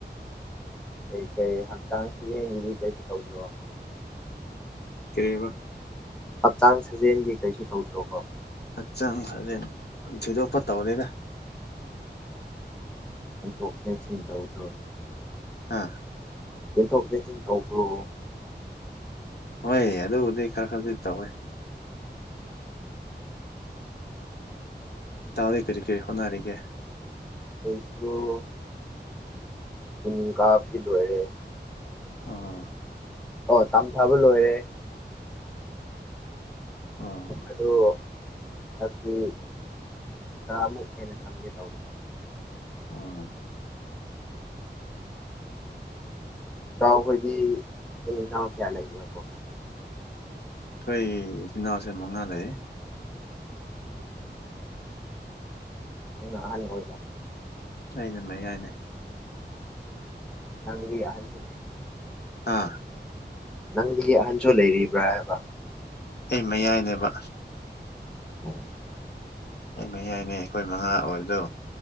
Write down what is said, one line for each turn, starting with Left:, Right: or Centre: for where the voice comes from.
Centre: ꯀꯩ ꯀꯩ ꯍꯛꯆꯥꯡ ꯁꯔꯦꯡꯒꯤꯗꯤ ꯀꯩꯁꯨ ꯇꯧꯗ꯭ꯔꯣ
Left: ꯀꯔꯦꯕ
Centre: ꯍꯛꯆꯥꯡ ꯁꯥꯖꯦꯜꯒꯤ ꯀꯩꯁꯨ ꯇꯧꯗ꯭ꯔꯣ ꯀꯣ
Left: ꯍꯛꯆꯥꯡ ꯐꯖꯦꯟ ꯊꯤꯗꯣꯛꯄ ꯇꯧꯗꯦꯗ
Centre: ꯑꯗꯨꯊꯣꯛ ꯀꯦꯟꯁꯦꯜ ꯇꯧꯗ꯭ꯔꯣ
Left: ꯑꯥ
Centre: ꯌꯦꯟꯊꯣꯛꯀꯦ ꯇꯧꯕꯔꯣ
Left: ꯍꯣꯏ ꯑꯗꯨꯕꯨꯗꯤ ꯈꯔ ꯈꯔꯗꯤ ꯇꯧꯋꯦ ꯇꯥꯗꯩ ꯀꯔꯤ ꯀꯔꯤ ꯍꯣꯠꯅꯔꯤꯒꯦ
Centre: ꯑꯩꯁꯨ ꯅꯣꯡ ꯇꯥꯕꯗ ꯂꯣꯢꯂꯦ
Left: ꯑꯣ
Centre: ꯑꯣ ꯇꯝꯊꯥꯕ ꯂꯣꯏꯔꯦ
Left: ꯑꯣ
Centre: ꯑꯗꯨ ꯍꯟꯗꯤ ꯇꯔꯥꯃꯨꯛ ꯍꯦꯟꯅ ꯆꯝꯒꯦ ꯇꯧꯔꯤ
Left: ꯑꯣ
Centre: ꯆꯈꯣꯏꯗꯤ ꯏꯤꯟ ꯏꯅꯥꯎ ꯀꯌꯥ ꯂꯩꯕꯀꯣ
Left: ꯑꯩꯈꯣꯏ ꯏꯆꯤꯟ ꯏꯅꯥꯎꯁꯦ ꯃꯉꯥ ꯂꯩ
Centre: ꯅꯪꯅ ꯑꯍꯥꯟꯕ ꯑꯣꯏꯖꯕ
Left: ꯑꯩꯅ ꯃꯌꯥꯏꯅꯦ
Centre: ꯂꯪꯕꯤ ꯑꯍꯟꯁꯨ ꯂꯩ
Left: ꯑꯥ
Centre: ꯅꯪ ꯑꯍꯟꯁꯨ ꯂꯩꯔꯤꯕ꯭ꯔꯥ ꯍꯥꯏꯕ
Left: ꯑꯩ ꯃꯌꯥꯏꯅꯦꯕ
Centre: ꯎ <inaudible>
Left: ꯑꯩ ꯃꯌꯥꯏꯅꯦ ꯑꯩꯈꯣꯏ ꯃꯉꯥ ꯑꯣꯏꯕꯗꯣ